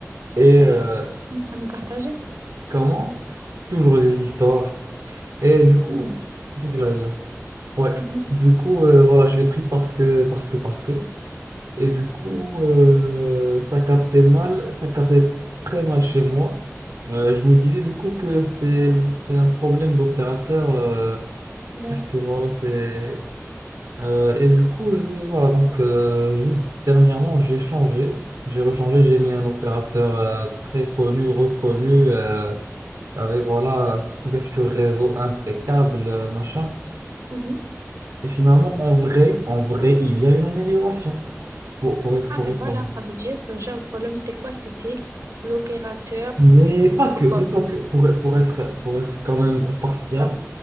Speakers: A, on the right (about 80°); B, on the right (about 65°).
A: et
B: T'as
A: euh,
B: des trucs à nous partager?
A: comment? Toujours des histoires. Et du coup, qu'est-ce que j'allais dire? Ouais,
B: Mhm.
A: du coup, euh, voilà, je l'ai pris parce que, parce que, parce que. Et du coup, euh, ça captait mal, ça captait très mal chez moi. Euh, je me disais du coup que c'est, c'est un problème d'opérateur, euh,
B: Ouais.
A: puisque voilà, c'est. euh, et du coup, je, voilà, donc, euh, juste dernièrement, j'ai changé. J'ai rechangé, j'ai mis un opérateur euh, très connu, reconnu, euh, avec voilà, couverture réseau impeccable, euh, machin.
B: Mhm.
A: Et finalement, en vrai, en vrai, il y a une amélioration, pour, pour être,
B: Ah
A: pour
B: ben
A: être
B: voilà,
A: honnête.
B: ça veut dire, ça veut dire le problème c'était quoi? C'était l'opérateur
A: Mais pas que,
B: low
A: mais
B: cost.
A: pas que. Pour, pour être, pour être quand même partial,
B: Ah,